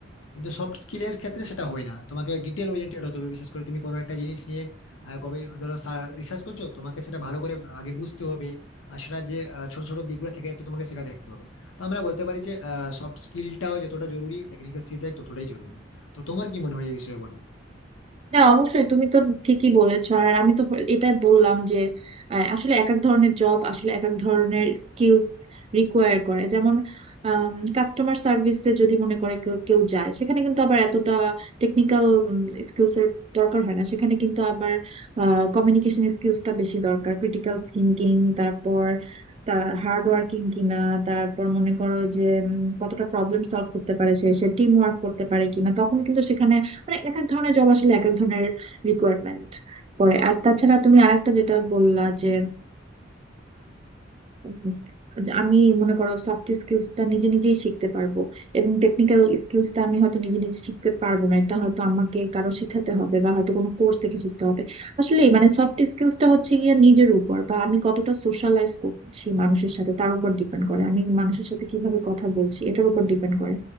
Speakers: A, on the left; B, on the right.
A: কিন্তু সফট স্কিলের ক্ষেত্রে সেটা হয় না তোমাকে ডিটেল ওরিয়েন্টেড হতে হবে বিশেষ করে তুমি কোনো একটা জিনিস নিয়ে আহ, গবে ধরো রিসার্চ করছো তোমাকে সেটা ভালো করে আগে বুঝতে হবে আর সেটা যে আহ, ছোট ছোট দিকগুলো থেকে যাচ্ছে তোমাকে সেটা দেখতে হবে তো আমরা বলতে পারি যে সফট স্কিলটাও যতটা জরুরি টেকনিক্যাল স্কিলটা ততটাই জরুরি তো তোমার কি মনে হয় এই বিষয়ে বলো
B: হ্যাঁ অবশ্যই তুমি তো ঠিকই বলেছো আর আমি তো এটা বললাম যে আহ, আসলে এক এক ধরনের জব আসলে এক এক ধরনের স্কিলস রিকোয়ার করে যেমন কাস্টমার সার্ভিসে যদি মনে করে কেউ কেউ যায় সেখানে কিন্তু আবার এতটা টেকনিক্যাল স্কিলস এর দরকার হয় না সেখানে কিন্তু আবার কমিউনিকেশন স্কিলসটা বেশি দরকার ক্রিটিক্যাল থিঙ্কিং তারপর তার হার্ড ওয়ার্কিং কিনা তারপর মনে করো যে উম, কতটা প্রবলেম সলভ করতে পারে সে সে টিম ওয়ার্ক করতে পারে কিনা তখন কিন্তু সেখানে মানে এক এক ধরনের জব আসলে এক এক ধরনের রিকোয়ারমেন্ট পড়ে আর তাছাড়া তুমি আরেকটা যেটা বললা যে উম, যে আমি মনে করো সফট স্কিলসটা নিজে নিজেই শিখতে পারবো এবং টেকনিক্যাল স্কিলসটা আমি হয়তো নিজে নিজে শিখতে পারবো না এটা হয়তো আমাকে কারো শিখাতে হবে বা হয়তো কোনো কোর্স থেকে শিখতে হবে আসলে মানে সফট স্কিলসটা হচ্ছে গিয়ে নিজের উপর বা আমি কতটা সোশ্যালাইজ করছি মানুষের সাথে তার উপর ডিপেন্ড করে আমি মানুষের সাথে কিভাবে কথা বলছি এটার উপর ডিপেন্ড করে